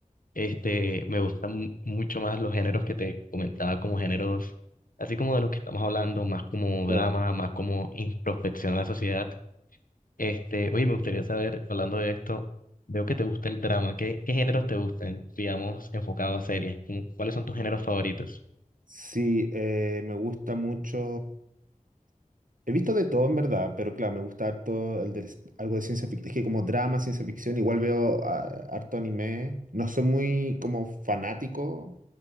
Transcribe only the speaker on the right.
Claro.
Sí, eh, me gusta mucho. He visto de todo en verdad, pero claro, me gusta harto el de, algo de ciencia ficción. Es que como drama, ciencia ficción, igual veo ah, harto anime. No soy muy como fanático,